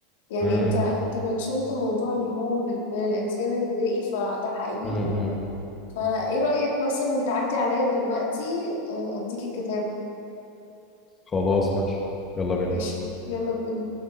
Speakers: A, on the left; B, on the left.
A: يعني
B: مم.
A: انت انت منشنت موضوع ان هو من, من الانسان البدائي فده حقيقي
B: مم. مم.
A: فايه رأيك مثلا تعدي عليا دلوقتي آه، اديك الكتاب
B: خلاص ماشي يلا بينا
A: ماشي يلا بينا